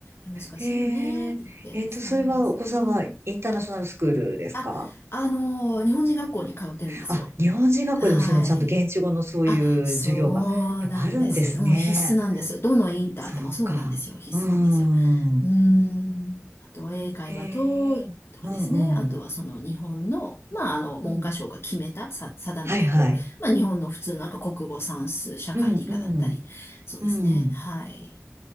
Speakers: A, on the left; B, on the right.
A: 難しいよねって言って、
B: へえ。えっと、
A: そうなんです。
B: それはお子さんはインターナショナルスクールですか
A: うん。あ、あの、日本人学校に通ってるんですよ。
B: あ、日本人学校でもそのちゃんと現地語のそういう授業がやっぱあるんですね。
A: はい。あ、そうなんです。もう必須なんです。どのインターでもそうなんですよ。
B: そうか。
A: 必須なんですよ。
B: うん。
A: うーん。あとは英会話と、
B: へえ。
A: とかですね。
B: うんうん。
A: あとはその日本の、まあ、あの、文科省が決めた、
B: うん。
A: さ、定めた、
B: はいはい。
A: こう、まあ、日本の普通のなんか国語、算数、社会、
B: うんうん。
A: 理科だったり。そうですね。
B: うん。
A: はい。